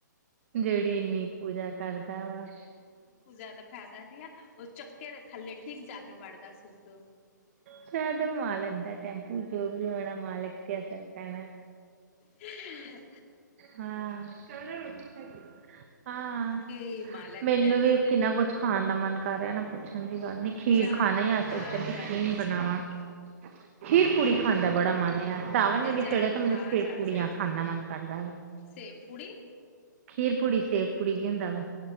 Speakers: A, on the right; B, on the left.
A: ਜੇੜੀ ਏਨੀ ਪੂਜਾ ਕਰਦਾ ਵਾ।
B: ਜਾਦਾ ਫੈਦਾ ਵੀਆ ਓ ਚੱਕੇ ਦੇ ਥੱਲੇ ਠੀਕ ਜਾ ਕੇ ਵੜਦਾ ਸੂਸੂ।
A: ਛਡ ਮਾਲਕ ਦਾ ਟੈਂਪੂ ਜੋ ਵੀ ਹੋਣਾ ਮਾਲਕ ਤੇ ਅਸਰ ਪੈਣਾ।
B: ਹੀ ਹੁ
A: ਹਾਂ ਚੱਲ ਆਜਾ ਰੋਟੀ ਖਾਈਏ ਹਾਂ
B: ਕੀ ਮਾਲਕ
A: ਮੈਨੂੰ
B: ਤੇ
A: ਵੀ- ਨਾ ਕੁਝ ਖਾਣ ਦਾ ਮਨ ਕਰ ਰਿਆ ਨਾ ਪੁੱਛਣ ਦੀ ਗੱਲ ਨੀ ਖੀਰ
B: ਜਾ
A: ਖਾਣੀਆ। ਸੋਚਿਆ
B: ਖਾ ਜਾ
A: ਖੀਰ
B: ਕੇ
A: ਬਣਾਵਾ। ਖੀਰ ਪੂੜੀ ਖਾਣ ਦਾ ਬੜਾ ਮਨ ਆ ਸਾਵਨ ਵੀ ਨ
B: ਜਾ
A: ਚੜਿਆ ਤੇ
B: ਖਾ
A: ਮੈ- ਖੀਰ
B: ਜਾ
A: ਪੁੜੀਆਂ
B: ਕੇ
A: ਖਾਣ ਦਾ ਮਨ ਕਰਦਾ ਵਾ।
B: ਸੇਬ ਪੂੜੀ
A: ਖੀਰ ਪੂੜੀ, ਸੇਬ ਪੂੜੀ ਕੀ ਹੁੰਦਾ ਵਾ?